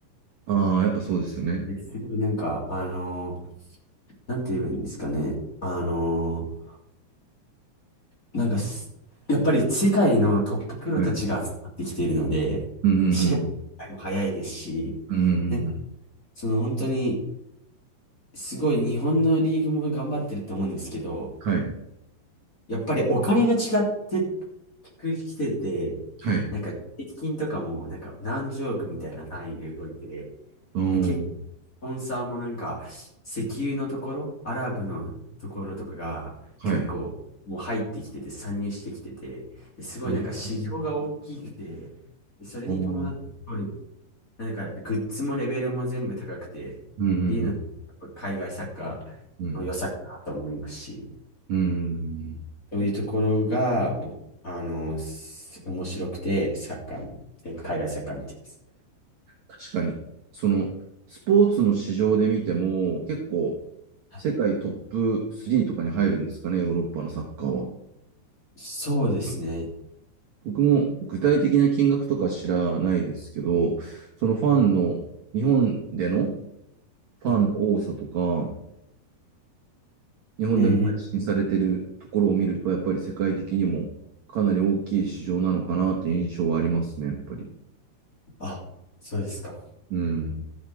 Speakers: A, on the right; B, on the left.
A: ああ、やっぱそうですよね。
B: すごいなんか、あの、なんて言えばいいんですかね。あのーなんかす、やっぱり世界のトッププロたちが集まってきているので、
A: はい。うん、うん、
B: 試合も早いですし、
A: うん。うん、うんうんうん。
B: なんか、その本当に、すごい日本のリーグも頑張ってると思うんですけど、
A: はい。
B: やっぱりお金が違ってきてて、
A: はい。
B: なんか、税金とかもなんか何十億みたいな単位で動いて、
A: うん。
B: 結構、スポンサーもなんか、石油のところ、アラブのところとかが結構もう入ってきてて、
A: はい。
B: 参入してきてて、ですごいなんか市場が大きくて、
A: えー、
B: でそれに伴って、
A: あー
B: すごいなんかグッズもレベルも全部高くて、っていうの、
A: うん、うん、うん。
B: やっぱ海外サッカーの良さかなと思いますし、
A: うんうーん。
B: そういうところが、おあの、す面白くて、サッカー、え海外サッカー見てます。
A: 確かに。その、スポーツの市場で見ても、結構、
B: はい
A: 世界トップ3とかに入るんですかね、ヨーロッパのサッカーは。
B: そうですね。
A: 僕も具体的な金額とか知らないですけど、そのファンの、日本でのファンの多さとか、
B: うん
A: 日本でも配信されてるところを見ると、
B: うん
A: やっぱり世界的にもかなり大きい市場なのかなっていう印象はありますね、やっぱり。
B: あ、そうですか。
A: うん。